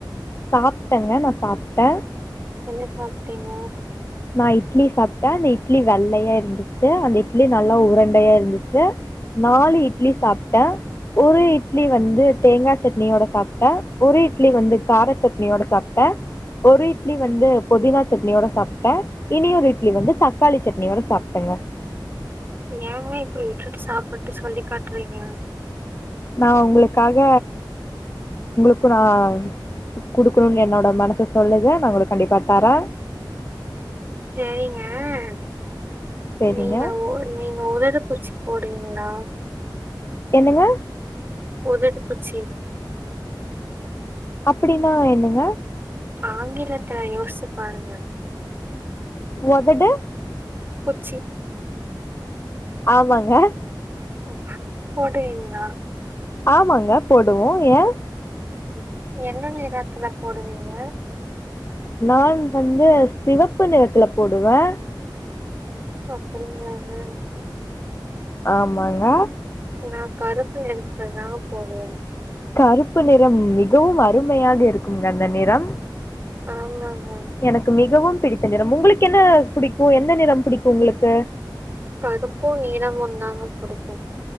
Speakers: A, on the left; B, on the right.
A: சாப்‌ட்டங்க நா சாப்ட்ட
B: என்ன சாப்டீங்க
A: நா இட்லி சாப்டே அந்த இட்லி வெள்ளையா இருந்துச்சு அந்த இட்லி நல்லா உரண்டையா இருந்துச்சு நாலு இட்லி சாப்டே ஒரு இட்லி வந்து தேங்கா சட்னியோட சாப்டே ஒரு இட்லி வந்து கார சட்னியோட சாப்டே ஒரு இட்லி வந்து போதினா சட்னியோட சாப் ட இனியொரு இட்லி வந்து தக்காளி சட்னியோட சாப்டேங்க
B: ஏங்க இப்டி வுட்டுட்டு சாப்ட்டுட்டு சொல்லி காட்றீங்க
A: நா உங்களுக்காக உங்களுக்கு நா டிப் குடுக்கணுன்னு என்னோட மனசு சொல்லுது நா உங்களுக்கு கண்டிப்பா தரே
B: செரிங்க <inaudible>
A: சேரிங்க
B: நீங்க ஒ நீங்க உதடு பூச்சி போடுவீங்களா
A: என்னங்க
B: உதடு புச்சி
A: அப்டின்னா என்னங்க
B: ஆங்கிலத்தல யோசிச்சு பாருங்க
A: ஒதடு
B: புச்சி
A: ஆமாங்க
B: <inaudible> போடுவீங்களா
A: ஆமாங்க போடுவோ ஏ
B: என்ன நிறத்துல போடுவீங்க
A: நா வந்து சிவப்பு நிறத்துல போடுவே
B: அப்டிங்களாங்க
A: ஆமாங்க
B: நா கருப்பு நிறத்துல தா போடுவே
A: கருப்பு நிறம் மிகவு அருமையாக இருக்குங்க அந்த நிறம்
B: ஆமாங்க
A: எனக்கு மிகவும் பிடித்த நிறம் உங்களுக்கு என்ன புடிக்கு எந்த நிறம் புடிக்கு உங்ளுக்கு
B: கருப்பு நீளமு தாங்க புடிக்கு